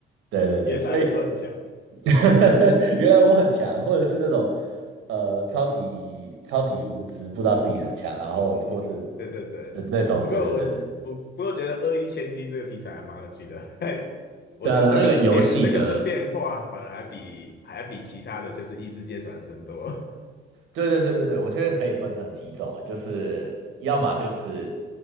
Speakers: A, on the right; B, on the left.
A: 对对对，
B: 原来我很强。
A: 所以 <laughs> 原来我很强，或者是那种呃超级超级无知，不知道自己很强，然后或是
B: 嗯嗯嗯，对对对。
A: 那那种，
B: 不过我不不过觉得“恶意千金”这个题材还蛮有趣的，
A: 对对对对，
B: <laughs> 我觉得那个的变那个的变化反而还比还比其他的就是异世界转生多。
A: 对啊，对啊那个游戏的
B: <laughs>
A: 对对对对对，我觉得可以分成几种啊，就是要么就是